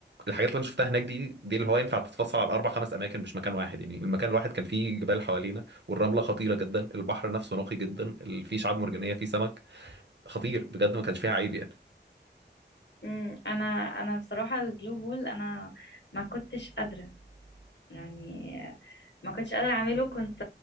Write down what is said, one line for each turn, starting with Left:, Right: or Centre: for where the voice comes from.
Right: الحاجات اللي انا شفتها هناك دي دي اللي هو ينفع تتفصل على اربع خمس اماكن مش مكان واحد يعني المكان الواحد كان فيه جبال حوالينا والرمله خطيره جدا البحر نفسه نقي جدا ال- فيه شعاب مرجانيه فيه سمك خطير بجد ما كانش فيها عيب يعني
Left: امم انا انا بصراحه البلو هول انا ما كنتش قادره يعني ما كنتش قادره اعمله كنت